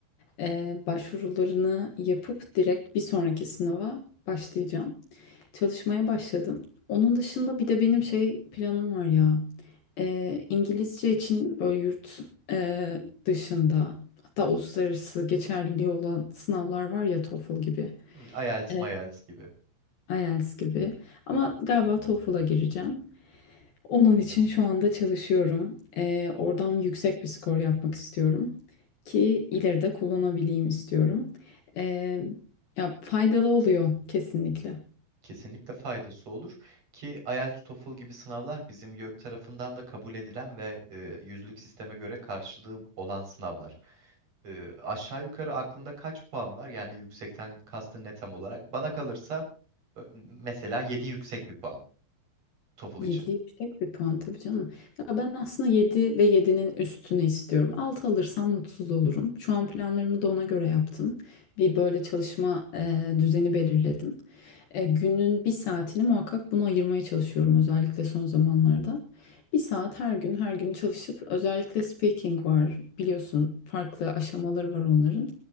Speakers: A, on the left; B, on the right.
A: E, başvurularını yapıp direkt bir sonraki sınava başlayacağım. Çalışmaya başladım. Onun dışında bir de benim şey planım var ya. Ee, İngilizce için böyle yurt e, dışında hatta uluslararası geçerliliği olan sınavlar var ya TOEFL gibi,
B: Hmm, IELTS,
A: e,
B: MYELTS gibi.
A: IELTS gibi. Ama galiba TOEFL'a gireceğim. Onun için şu anda çalışıyorum. Ee, oradan yüksek bir skor yapmak istiyorum ki ileride kullanabileyim istiyorum. Ee, ya faydalı oluyor kesinlikle.
B: Kesinlikle faydası olur ki IELTS, TOEFL gibi sınavlar bizim YÖK tarafından da kabul edilen ve e, yüzlük sisteme göre karşılığı olan sınavlar. Ee, aşağı yukarı aklında kaç puan var? Yani yüksekten kastın ne tam olarak? Bana kalırsa ö- mesela yedi yüksek bir puan TOEFL
A: 7
B: için.
A: yüksek bir puan tabii canım. Ya ben aslında 7 ve yedi'nin üstünü istiyorum. 6 alırsam mutsuz olurum. Şu an planlarımı da ona göre yaptım. Bir böyle çalışma e, düzeni belirledim. E, günün bir saatini muhakkak buna ayırmaya çalışıyorum özellikle son zamanlarda. Bir saat her gün her gün çalışıp özellikle speaking var biliyorsun farklı aşamaları var onların.